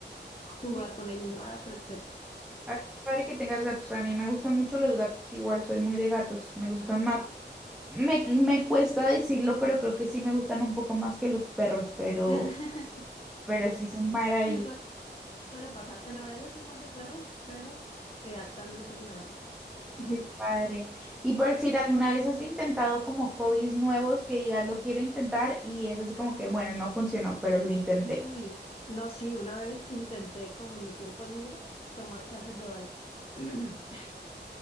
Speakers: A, on the left (about 30°); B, in the centre.
A: jugar
B: Sí.
A: con ella un rato, etcétera.
B: Ah, qué padre que tengas gatos. A mí me gustan mucho los gatos, igual soy muy de gatos, me gustan más. Me, me cuesta decirlo, pero creo que sí me gustan un poco más que los perros, pero,
A: <clears throat>
B: pero sí son maravillosos.
A: Y suel- suele pasar. En realidad yo soy más de perros, pero eh, actualmente tengo una gatita. <laughs>
B: Qué padre. Y por decir, ¿alguna vez has intentado como hobbies nuevos que digas lo quiero intentar y es así como que, bueno, no funcionó, pero lo intenté?
A: Uy, no, sí, una vez intenté como en mi tiempo libre tomar clases de baile. <clears throat>